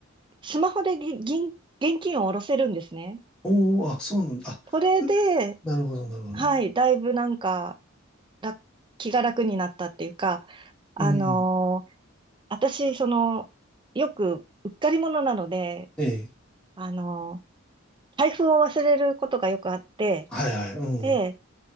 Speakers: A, on the right; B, in the centre.
A: スマホでぎ銀、現金を下ろせるんですね。
B: おー、あ、そうなんだ。あ、
A: それで、
B: くなるほど、なるほど。
A: はい、だいぶなんか、ら気が楽になったっていうか、あのー
B: うん。
A: 私、その、よく、うっかり者なので、
B: ええ。
A: あの、財布を忘れることがよくあって、
B: はいはい。うん。
A: で、